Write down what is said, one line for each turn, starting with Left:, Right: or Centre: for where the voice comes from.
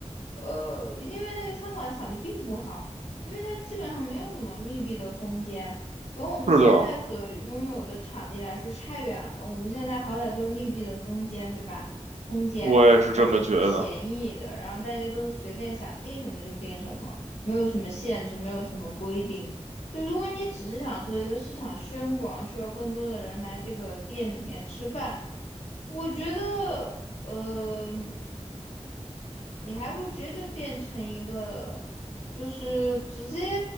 Left: 呃，因为那个餐馆场地并不好，因为它基本上没有什么密闭的空间，跟我们现在所拥有的场地来说差远了。
Right: 是的，
Left: 我们现在好歹都是密闭的空间，对吧？空间，
Right: 我也是这么觉得。
Left: 而且是便宜的，然后大家都是随便想订什么就订什么，没有什么限制，没有什么规定。就如果你只是想做一个市场宣广，需要更多的人来这个店里面吃饭，我觉得，呃，你还不如直接就变成一个，就是直接，